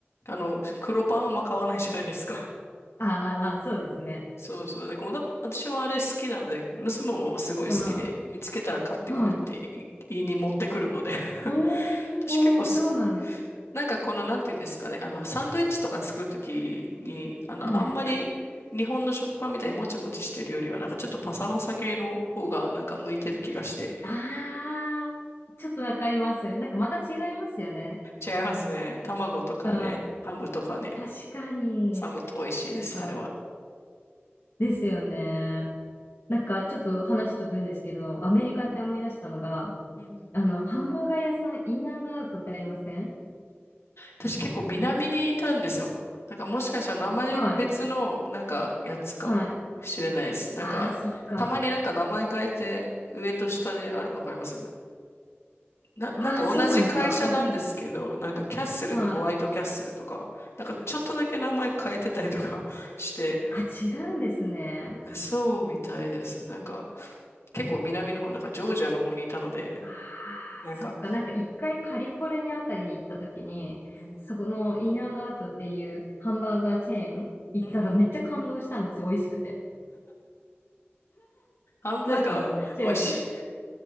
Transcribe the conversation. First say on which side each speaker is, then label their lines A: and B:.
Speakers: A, on the left (about 80°); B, on the left (about 60°).
A: あの、黒パンあんま買わないじゃないですか。
B: ああ、ああそうですね。
A: そそうそう。で、この、私もあれ好きなので、娘もすごい好きで、
B: うん。
A: 見つけたら買ってくれってい言いに持ってくるので。
B: はい。
A: <laughs>
B: おー、
A: 私結構好
B: おー、そうなんですね。
A: なんかこの、なんていうんですかね、あの、サンドイッチとか作るときに、あの、
B: はい。
A: あんまり日本の食パンみたいにもちもちしてるよりは、なんかちょっとパサパサ系の方がなんか向いてる気がして。
B: あー、ちょっとわかります。なんかまた違いますよね。
A: 違いますね。卵とかね、
B: うん、
A: ハムとかね、
B: 確かに。
A: サムと美味しいです、
B: なんか、
A: あれは。
B: ですよね。なんかちょっと話飛ぶんですけど、アメリカで思い出したのが、
A: うんうん。
B: あの、ハンバーガー屋さん、インアンドアウトってありません
A: 私結構南にいたんですよ。だからもしかしたら名前別のなんかやつかもしれないです。
B: はい。はい。
A: なんか、
B: あー、そっか。
A: たまになんか名前変えて上と下であるのわかりますな、
B: あー、
A: なんか同じ会社なんですけど、
B: そうなんですか。わかん
A: なんかキャッスルとホワイトキャッスルとか、
B: はい。
A: なんかちょっとだけ名前変えてたりとか <laughs> して、
B: あ、違うんですね。
A: そうみたいです。なんか結構南の方、なんかジョージアの方にいたので、
B: あ
A: なんか、
B: あ、そっか。なんか一回カリフォルニアあたりに行った時に、
A: うん、
B: そこのインアンドアウトっていうハンバーガーチェーン行ったらめっちゃ感動したんですよ。
A: うん、うん。
B: 美味しくて。
A: ハンバーガー美味しい。
B: なんか、知らん。